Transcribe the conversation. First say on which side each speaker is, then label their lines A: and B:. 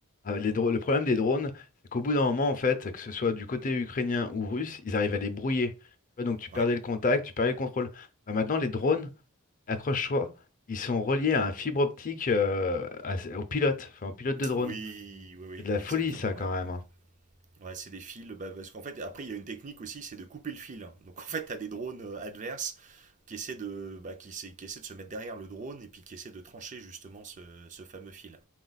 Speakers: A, on the left (about 40°); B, on the right (about 35°).
A: euh, les dro- le problème des drones, c'est qu'au bout d'un moment, en fait, que ce soit du côté ukrainien ou russe, ils arrivent à les brouiller. Tu vois, donc tu perdais
B: Ouais.
A: le contact, tu perdais le contrôle. Bah, maintenant, les drones, accroche-toi, ils sont reliés à un fibre optique euh, à- au pilote, enfin au pilote de drone.
B: Oui, oui, oui,
A: C'est de la
B: exactement,
A: folie, ça, quand
B: ouais.
A: même. hein.
B: Ouais, c'est des fils, bah, parce qu'en fait, après, il y a une technique aussi, c'est de couper le fil. Donc, en fait, t'as des drones euh, adverses qui essaient, de, bah, qui, essaient- qui essaient de se mettre derrière le drone et puis qui essaient de trancher justement ce, ce fameux fil.